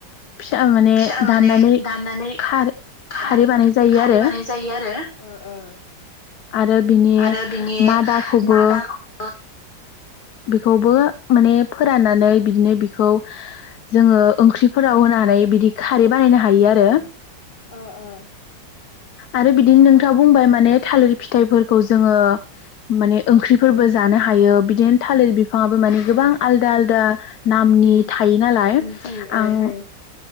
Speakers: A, on the left (about 65°); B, on the left (about 30°).
A: फिसा माने
B: फिसा माने
A: दाननानै
B: दाननानै
A: खार
B: खार
A: खारै बानाय। जायो
B: खारै
A: आरो
B: बानाय जायो आरो ओ ओ
A: आरो बिनि
B: आरो बिनि
A: मादाखौबो
B: मादाखौ।
A: बेखौबो। माने फोराननानै बिदिनो बिखौ जोङो ओंख्रिफोराव होनानै बिदि खारै बानायनो हायो आरो।
B: ओ ओ
A: आरो बिदिनो नोंथाङा बुंबाय माने थालिर फिथाइफोरखौ जोङो माने ओंख्रिफोरबो जानो हायो बिदिनो थालिर बिफाङाबो माने गोबां आलदा आलदा नामनि
B: उम
A: थायो नालाय।
B: थायो
A: आं
B: ओ थायो